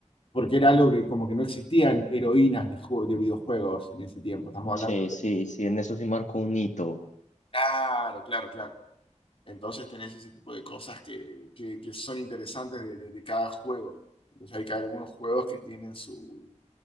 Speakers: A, on the left; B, on the left.
A: porque era algo que como que no existían heroínas de, jue- de videojuegos en ese tiempo. Estamos hablando.
B: Sí, sí, sí, en eso sí marcó un hito.
A: Claro, claro, claro. Entonces tenés ese tipo de cosas que, que, que son interesantes de, de- de cada juego. Entonces hay que- algunos juegos que tienen su,